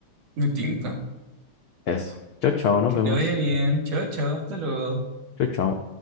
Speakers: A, on the right; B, on the left.
A: Me tinca.
B: eso. Chao, chao, nos
A: Que
B: vemos.
A: te vaya bien. Chao, chao. Hasta luego.
B: Chao, chao.